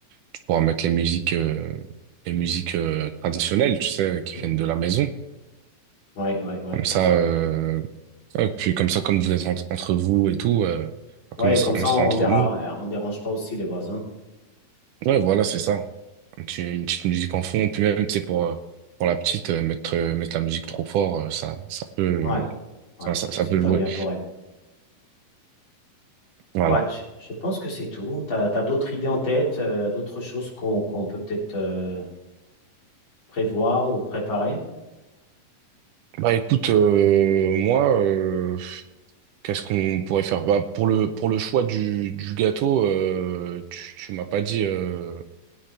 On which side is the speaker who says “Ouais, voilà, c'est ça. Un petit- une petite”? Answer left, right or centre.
Right